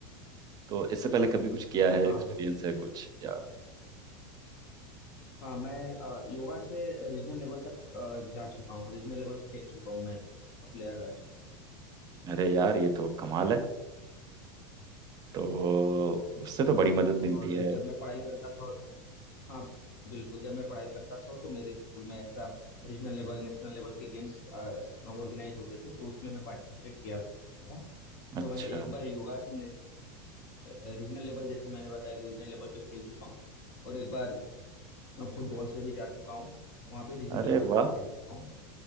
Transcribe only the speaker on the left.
हाँ
हाँ
हाँ मैं अ, योगा से रीजनल लेवल तक अ, जा चुका हूँ रीजनल लेवल खेल चुका हूँ मैं प्लेयर रह चुका हूँ
और
जब मैं पढ़ाई करता था हाँ बिल्कुल जब मैं पढ़ाई करता था तो मेरे स्कूल में ऐसा रीजनल लेवल नेशनल लेवल के गेम्स ऑर्गेनाइज होते थे तो उसमें मैं पार्टिसिपेट किया था तो
मैं एक बार योगा से रीजनल लेवल जैसे मैंने बताया कि रीजनल लेवल पे खेल चुका हूँ और एक बार फुटबॉल से भी जा चुका हूँ वहाँ पे रीजनल
लेवल तक
खेल चुका हूँ मैं